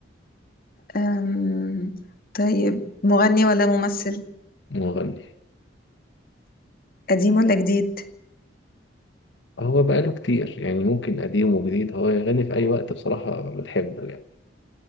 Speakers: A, on the left; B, on the left.
A: آم، طيب مغني ولا ممثل
B: مغني
A: قديم ولا جديد
B: هو بقاله كتير يعني ممكن قديم وجديد هو يغني في أي وقت بصراحة بنحبه يعني